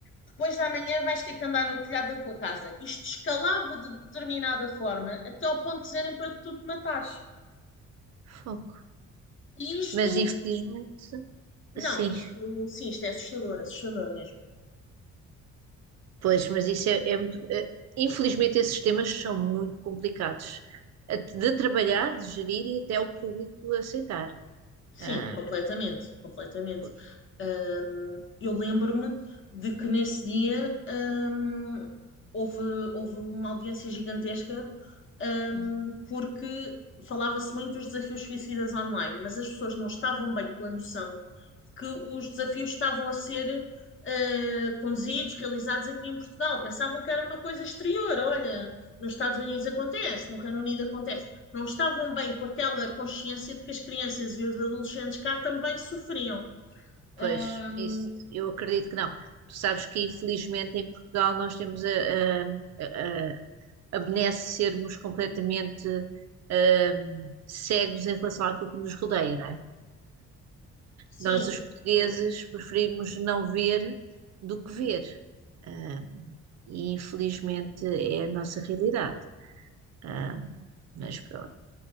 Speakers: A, on the left (about 40°); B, on the right (about 60°).
A: Depois da manhã vais ter que andar no telhado da tua casa. Isto escalava de determinada forma até ao ponto de dizerem para tu te matares.
B: Fogo.
A: E isto,
B: Mas infelizmente,
A: não,
B: sim.
A: isto sim, isto é assustador, assustador mesmo.
B: Pois, mas isso é, é muito. é- infelizmente, esses temas são muito complicados a- de trabalhar, de gerir e até o público aceitar.
A: Sim,
B: Ah,
A: completamente, completamente.
B: por-
A: Ahm, eu lembro-me de que nesse dia, ahm, houve, houve uma audiência gigantesca, ahm,
B: Uhum.
A: porque falava-se muito dos desafios suicidas online, mas as pessoas não estavam bem com a noção de que os desafios estavam a ser, ah, conduzidos, realizados aqui em Portugal. Pensavam que era uma coisa exterior. Olha, nos Estados Unidos acontece, no Reino Unido acontece não estavam bem com aquela consciência de que as crianças e os adolescentes cá também sofriam.
B: pois,
A: Ahm,
B: isso eu acredito que não. Tu sabes que, infelizmente, em Portugal nós temos a, a, a, a benesse de sermos completamente ahm, cegos em relação àquilo que nos rodeia, não é?
A: sim,
B: Nós, os portugueses,
A: sim.
B: preferimos não ver do que ver. Ah, e infelizmente é a nossa realidade. Ah, mas pronto.